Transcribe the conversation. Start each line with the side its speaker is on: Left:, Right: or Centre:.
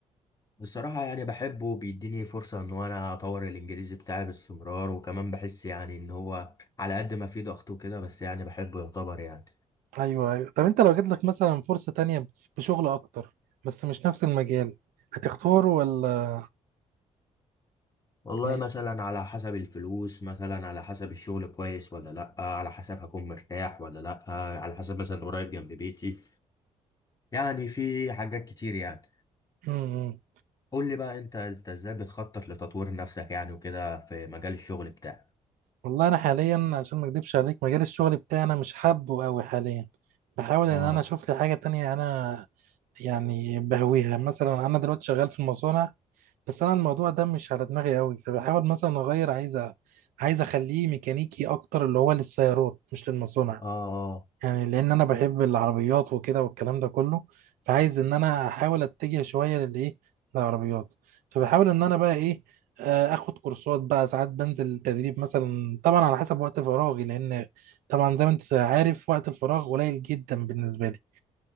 Left: بصراحة يعني بحبه بيديني فرصة إن أنا أطور الإنجليزي بتاعي باستمرار وكمان بحس يعني إن هو على قد ما فيه ضغط وكده بس يعني بحبه يعتبر يعني
Right: ايوه ايوه طب انت لو جات لك مثلا فرصه تانية بشغل اكتر بس مش نفس المجال هتختاره ولا
Left: والله
Right: يعني
Left: مثلا على حسب الفلوس مثلا على حسب الشغل كويس ولا لأ على حسب هكون مرتاح ولا لأ على حسب مثلا قريب جنب بيتي يعني في حاجات كتير يعني
Right: امم إمم.
Left: قول لي بقى أنت أنت إزاي بتخطط لتطوير نفسك يعني وكده في مجال الشغل بتاعك
Right: والله انا حاليا عشان ما اكدبش عليك مجال الشغل بتاعنا مش حابه قوي حاليا بحاول
Left: اه
Right: ان انا اشوف لي حاجه تانية انا يعني بهويها مثلا انا دلوقتي شغال في المصانع بس انا الموضوع ده مش على دماغي قوي فبحاول مثلا اغير عايز أ- عايز اخليه ميكانيكي اكتر اللي هو للسيارات مش للمصانع
Left: اه
Right: يعني لان انا بحب العربيات وكده والكلام ده كله فعايز ان انا احاول اتجه شويه للايه للعربيات فبحاول ان انا بقى ايه آه، اخد كورسات بقى ساعات بنزل تدريب مثلا طبعا على حسب وقت فراغي لان طبعا زي ما انت عارف وقت الفراغ قليل جدا بالنسبه لي